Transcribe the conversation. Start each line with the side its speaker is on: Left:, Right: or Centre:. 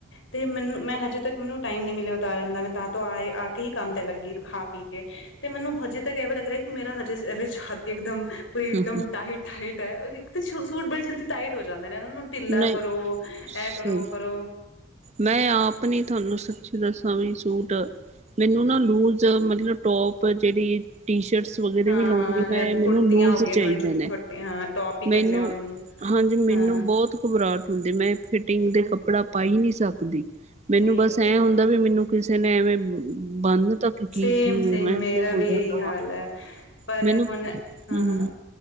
Left: ਤੇ ਮੈਨੂੰ ਮੈਂ ਹਜੇ ਤੱਕ ਮੈਨੂੰ ਟਾਈਮ ਨੀ ਮਿਲਿਆ ਉਤਾਰਨ ਦਾ ਮੈਂ ਤਾਂ ਤੋਂ ਆਏ ਆ ਹੀ ਕੰਮ ਤਾਂ ਲੱਗੀ ਖਾ ਪੀ ਕੇ ਤੇ ਮੈਨੂੰ ਹਜੇ ਤੱਕ ਐਵੇਂ ਲੱਗ ਰਿਹਾ ਕਿ ਮੇਰਾ ਹਜੇ ਐਵੇ ਛਾਤੀ ਇੱਕਦਮ ਪੂਰੀ ਇੱਕਦਮ
Right: ਹਮ
Left: ਟਾਈਟ-ਟਾਈਟ ਇੱਕ ਤੇ ਸੁ ਸੂਟ ਬੜੀ ਜਲਦੀ ਟਾਈਟ ਹੋ ਜਾਂਦੇ ਨੇ ਇਹਨਾਂ ਨੂੰ ਢਿੱਲਾ
Right: ਨਹੀਂ
Left: ਕਰੋ ਇਹ
Right: ਸਹੀ
Left: ਕਰੋ- ੳਹ ਕਰੋ
Right: ਮੈਂ ਆਪ ਨੀ ਤੁਹਾਨੂੰ ਸੱਚੀ ਦੱਸਾਂ ਵੀ ਸੂਟ ਮੈਨੂੰ ਨਾ ਲੂਜ਼ ਮਤਲਬ ਟੋਪ ਜਿਹੜੀ ਟੀ ਸ਼ਰਟਸ ਵਗੈਰਾ
Left: ਹਾਂ
Right: ਵੀ ਲਉਂਗੀ
Left: ਹਾਂ ਜਾਂ
Right: ਮੈਂ ਮੈਨੂੰ
Left: ਕੁੜਤੀਆਂ
Right: ਲੂਜ਼
Left: ਹੋ ਗਈਆਂ
Right: ਚਾਹੀਦੇ
Left: ਥੋੜੀ
Right: ਨੇ
Left: ਛੋਟੀਆਂ ਹਾਂ ਟੋਪ ਹੀ
Right: ਮੈਨੂੰ
Left: ਕਹਿੰਦੇ ਉਹਨਾਂ ਨੂੰ
Right: ਹਾਂਜੀ ਮੈਨੂੰ
Left: ਹਾਂ ਹਾਂ
Right: ਬੋਤ ਘਬਰਾਹਟ ਹੁੰਦੀ ਮੈਂ ਫਿਟਿੰਗ ਦੇ ਕੱਪੜਾ ਪਾ ਹੀ ਨੀ ਸਕਦੀ। ਮੈਨੂੰ
Left: ਸਹੀ
Right: ਬਸ
Left: ਗੱਲ
Right: ਐ ਹੁੰਦਾ
Left: ਆ
Right: ਵੀ ਮਿਨੂੰ ਕਿਸੇ ਨੇ ਐਵੇਂ ਬੰਨ ਤਾ ਕੀ-ਕੀ
Left: ਸੇਮ
Right: ਕਿੳ ਹੋਏ
Left: ਸੇਮ
Right: ਮੈਂ
Left: ਮੇਰਾ
Right: ਕਿਉਂ ਬੋਲ
Left: ਵੀ
Right: ਜਾਂਦਾ
Left: ਇਹੀ ਹਾਲ
Right: ਵਾ
Left: ਹੈ ਪਰ
Right: ਮੈਨੂੰ
Left: ਹੁਣ
Right: ਹੁ
Left: ਹਾਂ
Right: ਹੁ
Left: ਹਾਂ